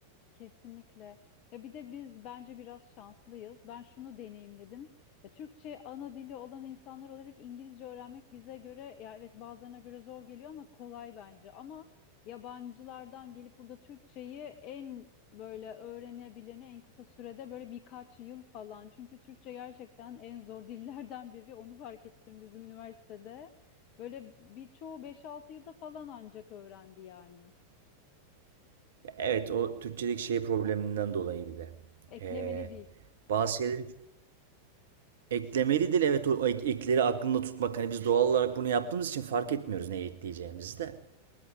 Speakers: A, on the left; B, on the right.
A: Kesinlikle. Ya bir de biz bence biraz şanslıyız. Ben şunu deneyimledim. Ya Türkçe ana dili olan insanlar olarak İngilizce öğrenmek bize göre ya evet bazılarına göre zor geliyor ama kolay bence. Ama yabancılardan gelip burada Türkçeyi en böyle öğrenebileni en kısa sürede böyle birkaç yıl falan. Çünkü Türkçe gerçekten en zor dillerden biri. Onu fark ettim bizim üniversitede. Böyle birçoğu beş altı yılda falan ancak öğrendi yani.
B: Evet o Türkçedeki şey probleminden dolayı bir de.
A: Eklemeli
B: Ee,
A: dil.
B: bazı şeyleri eklemelidir. Evet o ek- ekleri aklında tutmak. Hani biz doğal olarak bunu yaptığımız için fark etmiyoruz neyi ekleyeceğimizi de.